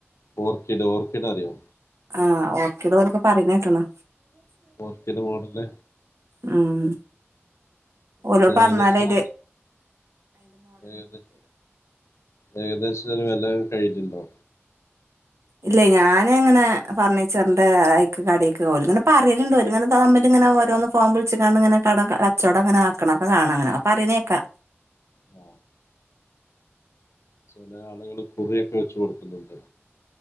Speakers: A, on the left; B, on the right.
A: ഓർക്കിഡ് ഓർക്കിഡ് അറിയോ
B: ആഹ് ഓക്കേട ഓലൊക്കെ പറയ്ണ കേട്ട്ണ്.
A: ഓർക്കിഡ് മോഡല്
B: മം ഓലോഡ്
A: ഇത്
B: പറഞ്ഞാലയ്ല്.
A: ഏകദേശം ഏകദേ ഏകദേശത്തിന് വെല കഴിഞ്ഞി ണ്ടോ?
B: ഇല്ലേയ് ഞാന് ഇങ്ങനെ ഫർണിച്ചറിന്റെ അയ്ക്ക് കടീക്ക് ഓല് ഇങ്ങനെ പറയല് ണ്ട് ഇങ്ങനെ തമ്മി ഇങ്ങനെ ഓരോന്ന് ഫോൺച്ച്ക്കാണ്ട് ഇങ്ങനെ കട കച്ചോടം ഇങ്ങനെ ആക്ണക്കാണ അങ്ങനെ അപ്പൊ പറയാനാ കേക്ക
A: ആ ചെലേ ആളുകള് കുറിയൊക്കെ വെച് കൊടുക്കുന്നുണ്ട്.